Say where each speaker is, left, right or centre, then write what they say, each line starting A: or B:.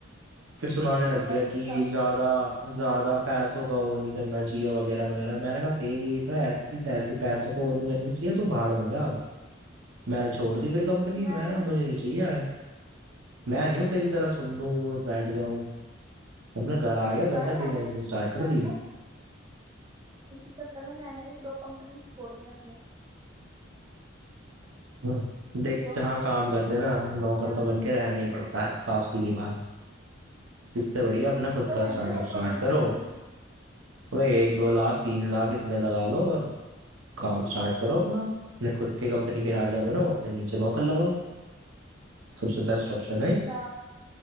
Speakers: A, on the right; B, on the right.
A: फिर सुनाने लग गया
B: बल्कि
A: कि
B: कम ही
A: ज्यादा
B: कीजिए
A: ज्यादा पैसों का वो नहीं करना चाहिए वगैरह वगैरह मैंने कहा तेरी तो ऐसी की तैसी पैसों का वो नहीं करना चाहिए तू भाड़ में जा अब मैंने छोड़ दी फिर कंपनी
B: मैंने
A: मैंने
B: भी
A: मुझे नहीं चाहिए मैं नहीं हूँ तेरी तरह सुन लूँ बैठ जाऊँ अपने घर आ गया घर
B: भाई
A: से फ्रीलैंसिंग
B: मैंने भी इसी
A: स्टार्ट
B: चक्कर
A: कर दी
B: में इसी चक्कर में मैंने भी दो कंपनियां छोड़ दी अपनी
A: हम्म। देख
B: दो
A: जहाँ
B: कंपनी
A: काम करते हैं
B: इसलिए
A: ना
B: वो
A: नौकर
B: कर दिया
A: तो बन के रहना ही पड़ता है साफ सीधी बात इससे बढ़िया अपना खुद
B: तो
A: का
B: भैया
A: स्टार्टअप
B: मेरे
A: स्टार्ट
B: को नहीं
A: करो
B: बढ़नी
A: भाई एक दो लाख तीन लाख इतने लगा लो और काम स्टार्ट करो अपना अपने खुद के कंपनी के राजा बनो अपने नीचे नौकर लगाओ सबसे बेस्ट ऑप्शन
B: अच्छा
A: है